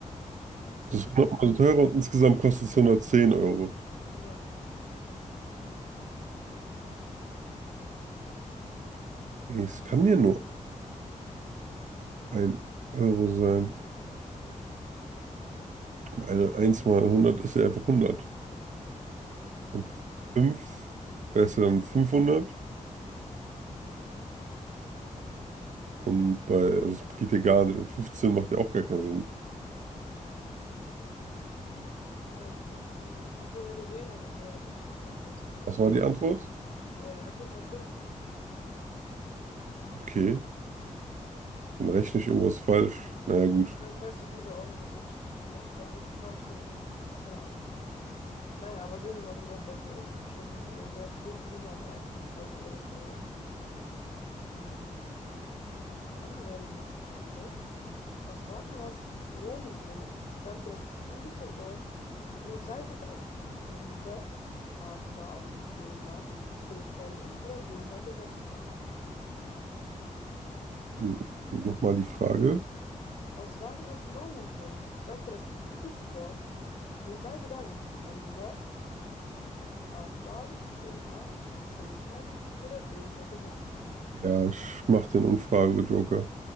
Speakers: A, on the left; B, on the right.
A: Und 10.
B: Das ist 100 Mal so teurer und insgesamt kostet es hundertzehn Euro.
A: Ja.
B: Nee, es kann ja nur ein Euro sein. Eine eins mal hundert ist ja einfach hundert
A: Ja.
B: Und 5 wäre es ja dann fünfhundert Und bei, also es geht ja gar nicht. Und 15 macht ja auch gar keinen Sinn.
A: Ja. Wie gesagt, ich habe die Antwort ja gesehen, aber sie leider wirklich nicht nachvollziehen können.
B: Was war die Antwort?
A: Äh, die Antwort war fünf.
B: Okay, dann rechne ich irgendwas falsch. Naja, gut.
A: Ich weiß das, wie gesagt, auch nicht. Also ich, vielleicht war auch wirklich Fragestellung irgendwie, keine Ahnung. Naja, aber sehen wir mal drüber hinweg, weil das jetzt schon eine sehr tricky Nummer war für die tausend euro frage Ähm, dann wäre die nächste Frage. Aus Wagners Lohengrin stammte das geflügelte Wort Nun sei bedankt, mein Lieber. A. Schwan, B. Mann, C. Scholli oder D. Herr Gesangsverein.
B: Hm, Nochmal die Frage.
A: Aus Wagners Lohengrin stammte das geflügelte Wort: Nun sei bedankt, mein Lieber, A. Schwan, B. Mann, C. Scholli oder D. Herr Gesangsverein.
B: Ja, ich mach den Umfrage-Joker.